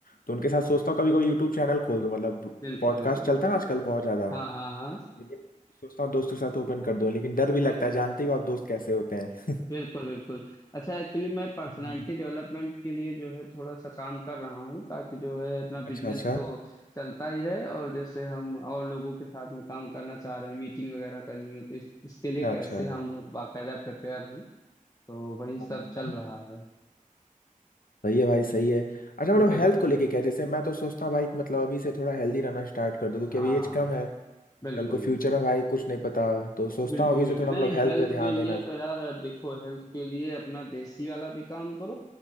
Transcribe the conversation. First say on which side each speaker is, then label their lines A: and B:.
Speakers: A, on the left; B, on the left.
A: तो उनके साथ सोचता हूँ कभी कभी यूट्यूब चैनल खोल दूँ मतलब
B: बिल्कुल
A: पॉडकास्ट
B: बिल्कुल
A: चलता है ना आजकल बहुत ज्यादा
B: हाँ हाँ हाँ
A: लेकिन सोचता हूँ दोस्तों के साथ ओपन कर दूँ लेकिन डर भी लगता
B: बिल-
A: है जानते ही हो आप दोस्त कैसे होते हैं
B: बिल्कुल बिल्कुल अच्छा एक्चुअली मैं पर्सनालिटी
A: हाँ।
B: डेवलपमेंट के लिए जो है थोड़ा सा काम कर रहा हूँ ताकि जो है अपना
A: <laughs> अच्छा
B: बिजनेस
A: अच्छा
B: तो चलता ही रहे और जैसे हम और लोगों के साथ में काम करना चाह रहे हैं मीटिंग वगैरह करनी हो तो इस, इसके लिए
A: अच्छा
B: कैसे हम बाकायदा प्रिपेयर हूँ तो वही सब
A: हाँ,
B: चल
A: हाँ,
B: रहा है
A: सही है भाई सही है अच्छा मतलब
B: बिल्कुल
A: हेल्थ को लेके क्या जैसे मैं तो सोचता हूँ भाई कि मतलब अभी से थोड़ा हेल्दी रहना स्टार्ट कर दूँ क्योंकि
B: हाँ
A: अभी एज कम है
B: बिल्कुल
A: कल को फ्यूचर है भाई कुछ नहीं पता तो सोचता
B: बिल्कुल
A: हूँ अभी
B: बिल्कुल
A: से थोड़ा
B: नहीं
A: मतलब हेल्थ
B: हेल्थ
A: पे ध्यान
B: के लिए
A: देना
B: तो यार अब देखो हेल्थ के लिए अपना देसी वाला भी काम करो